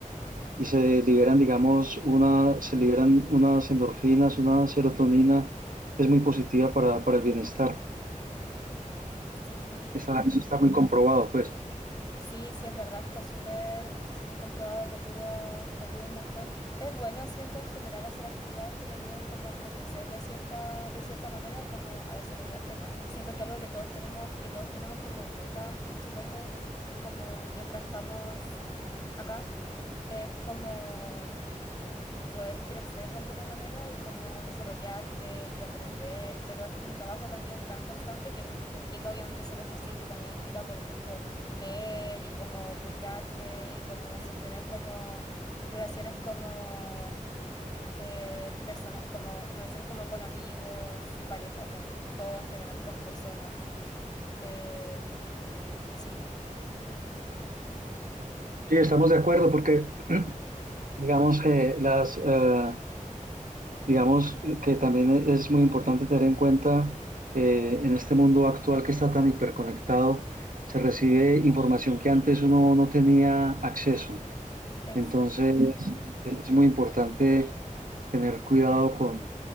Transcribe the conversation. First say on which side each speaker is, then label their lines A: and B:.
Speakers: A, on the right; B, on the left.
A: y se liberan, digamos, una, se liberan unas endorfinas, una serotonina que es muy positiva para, para el bienestar.
B: Sí.
A: Está- eso está muy comprobado, pues.
B: Sí, sí, es verdad, está súper, está súper comprobado que ayuda, ayuda un montón. Es bueno, siento, en general hacer actividades que te ayuden como a crecer de cierta, de cierta manera o como a desarrollarte más. Siento que algo que todos tenemos, que todos tenemos como meta, supongo, como mientras estamos acá, es como poder crecer de alguna manera y como desarrollarte y aprender, pero es un trabajo también tan constante que no implica obviamente solo ejercicio, también implica, por ejemplo, leer y como cuidarte y como sostener como relaciones como eh, persona- como relaciones como con amigos, pareja o con todo en general, con personas. Em, sí,
A: Sí, estamos de acuerdo porque, <clears throat> digamos que las, eh, Digamos eh, que también e-, es muy importante tener en cuenta que en este mundo actual que está tan hiperconectado, se recibe información que antes uno no tenía acceso.
B: exacto.
A: Entonces, es es muy importante tener cuidado con,